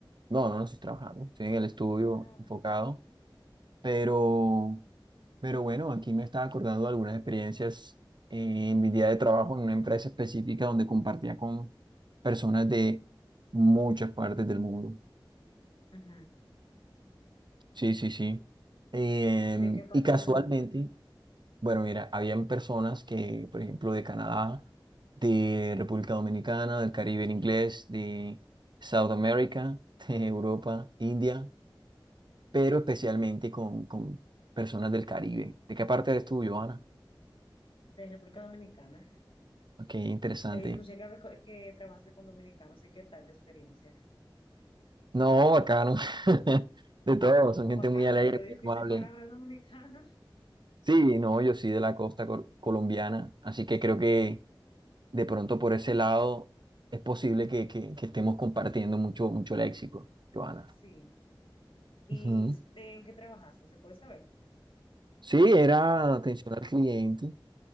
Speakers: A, on the right; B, on the left.
A: No, no, no estoy trabajando, estoy en el estudio
B: Ah,
A: enfocado, pero, pero bueno, aquí me estaba acordando de algunas experiencias eh, en mi día de trabajo en una empresa específica donde compartía con personas de muchas partes del mundo.
B: ujú.
A: Sí, sí, sí. Em,
B: ¿Y de qué parte
A: y casualmente,
B: es el mundo?
A: bueno, mira, habían personas que, por ejemplo, de Canadá, de República Dominicana, del Caribe en inglés, de South America, <laughs> de Europa, India, pero especialmente con, con personas del Caribe. ¿De qué parte eres tú, Johanna?
B: De República Dominicana.
A: Qué interesante.
B: Eh, escuché que, hablas co- que trabajaste con dominicanos, ¿y qué tal la experiencia?
A: No, bacano. <laughs> De todo, son
B: Oh,
A: gente
B: bacano,
A: muy alegre,
B: ya te
A: muy
B: dices
A: amable.
B: palabras dominicanas. <laughs>
A: Sí, no, yo sí de la costa col- colombiana, así que creo que
B: Ok,
A: de pronto por ese lado es posible que, que- que estemos compartiendo mucho, mucho léxico, Joana.
B: sí. ¿Y
A: Ujú.
B: de- en qué trabajaste? ¿Se puede saber?
A: Sí, era atención al cliente